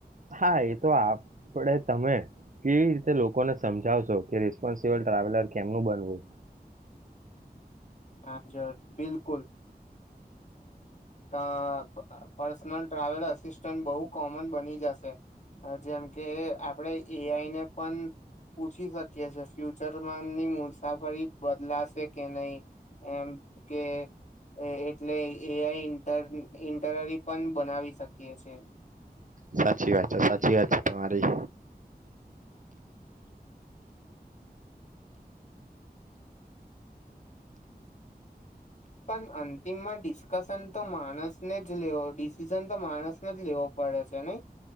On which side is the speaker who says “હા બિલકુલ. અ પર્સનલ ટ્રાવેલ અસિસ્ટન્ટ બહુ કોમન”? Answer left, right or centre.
Left